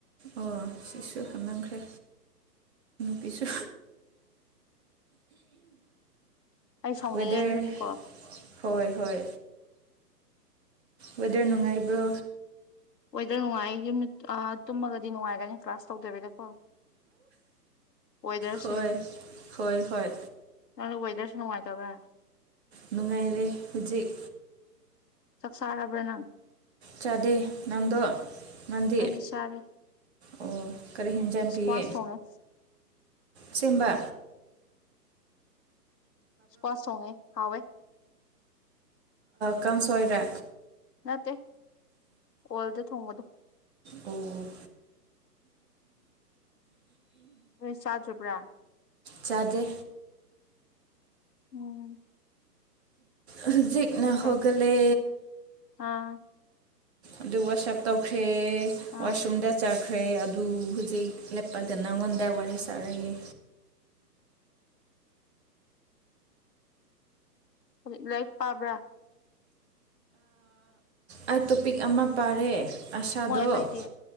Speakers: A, on the right (about 40°); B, on the left (about 75°).
A: ꯑꯣ ꯁꯤꯁꯨ ꯍꯥꯞꯅꯈ꯭ꯔꯦ ꯄꯤꯤꯁ
B: ꯑꯩ ꯁꯥꯎꯅꯤꯡꯉꯦ
A: ꯋꯦꯗꯔ
B: ꯑꯗꯨꯒꯤꯀꯣ
A: ꯍꯣꯏ ꯍꯣꯏ ꯋꯦꯗꯔ ꯅꯨꯡꯉꯥꯏꯕ꯭ꯔꯣ
B: ꯋꯦꯗꯔ ꯅꯨꯡꯉꯥꯏ ꯌꯨꯝ ꯇꯨꯝꯃꯒꯗꯤ ꯅꯨꯡꯉꯥꯏꯒꯅꯤ ꯀ꯭ꯂꯥꯁ ꯇꯧꯗꯕꯤꯗꯀꯣ ꯋꯦꯗꯔꯁ
A: ꯍꯣꯏ ꯍꯣꯏ ꯍꯣꯏ
B: ꯅꯋꯗꯔ ꯅꯨꯡꯉꯥꯏ ꯇꯕ
A: ꯅꯨꯡꯉꯥꯏꯔꯦ ꯍꯧꯖꯤꯛ
B: ꯆꯛ ꯁꯔꯕꯅ
A: ꯆꯥꯗ ꯉꯟꯗ ꯃꯥꯟꯗꯤ
B: ꯑꯩꯗꯤ ꯆꯥꯔꯦ
A: ꯑꯣ ꯀꯔꯤ ꯍꯦꯟꯖꯟ
B: ꯏꯁꯀ꯭ꯋꯥꯁ
A: ꯄꯤꯌꯦ
B: ꯊꯣꯡꯉꯦ
A: ꯆꯕ
B: ꯁꯄꯥꯁ ꯁꯣꯡꯉꯦ ꯍꯋꯦ
A: ꯀꯥꯡꯁꯣꯏꯔ
B: ꯅꯠꯇ ꯑꯣꯜꯗ ꯊꯣꯡꯕꯗ
A: ꯑꯣ
B: ꯅꯣꯏ ꯆꯥꯗ꯭ꯔꯤꯕ꯭ꯔꯥ
A: ꯆꯥꯗꯦ
B: ꯎꯝ
A: ꯍꯧꯖꯤꯛꯅ ꯍꯧꯒꯂꯦ
B: ꯍꯣꯏ ꯑꯥ
A: ꯑꯗꯨ ꯋꯥꯁ ꯑꯞ ꯇꯧꯈ꯭ꯔꯦ
B: ꯑꯥ
A: ꯋꯥꯁꯔꯨꯝꯗ ꯆ ꯈ꯭ꯔꯦ ꯑꯗꯨ ꯍꯧꯖꯤꯛ ꯂꯦ ꯂꯩꯄꯥꯛꯗ ꯅꯉꯣꯟꯗ ꯋꯥꯔꯤ ꯁꯥꯔꯒꯦ
B: ꯍꯧꯖꯤ ꯂꯥꯏꯔꯤꯛ ꯄꯥꯕ꯭ꯔꯥ
A: ꯑꯩ ꯇꯣꯄꯤꯛ ꯑꯃ ꯄꯥꯔꯦ ꯑꯁꯥꯗꯣ
B: ꯃꯣꯏ ꯑꯇꯩꯗꯤ